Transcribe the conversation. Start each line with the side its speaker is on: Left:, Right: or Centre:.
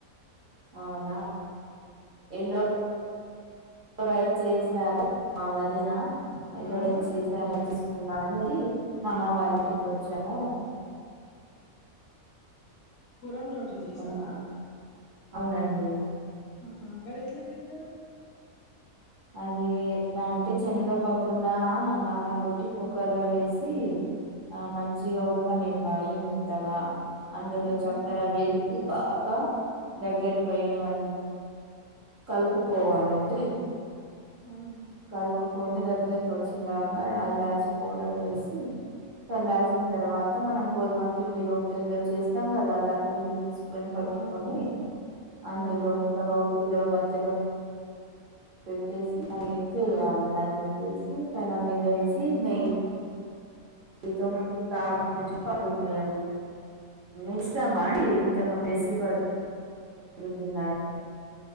Right: అవునా ఎల్లో. ఎ చేసారు మా వదిన
Left: ఆ
Right: ఎల్లో
Left: ఇంకా
Right: రై చే. సరే చేసుకుందాం అనేది మా అమ్మ వాళ్ళ ఇంటికి వచ్చాము.
Left: కురం రోటీ
Right: ఇంకా
Left: చేసారా.
Right: అవునండి.
Left: అహా గది ఎట్లా జేత్తరు.
Right: అది ఎట్లా అంటే శనగ పప్పున్న నానబెట్టి కుక్కర్ లో వేసి. ఆ మంచిగా ఉడకనివ్వాలి మెత్తగా అందులో
Left: అవును
Right: చక్కెర వే. ఇది బాగా దగ్గరకు అయ్యే వరకు కలుపుకోవాలండి.
Left: అవును.
Right: కలుపుకొని దగ్గరకి వచ్చిందక ఆ ఇలాచి పౌడర్ వేసి. చల్లాసిన తర్వాత మనం గోధుమ పిండి రొట్టెల్లో చేస్తాం కదా అలా పిండి. తీసుకొని పట్టుకొని
Left: అవును
Right: అందులో
Left: అవును అవునవును
Right: ఇంకా రోటీలో మధ్యలో. పెట్టేసి అ చేయాలి
Left: అవును
Right: దాన్ని చేసి పెనం మీద వేసి నెయి.
Left: అవునండి
Right: ఏంతో మంచి కారూ
Left: అవును
Right: పగలగొట్టారండీ ఇస్తామా అండి. కంమేసి
Left: అవును
Right: పడ్ పడుకున్నారు.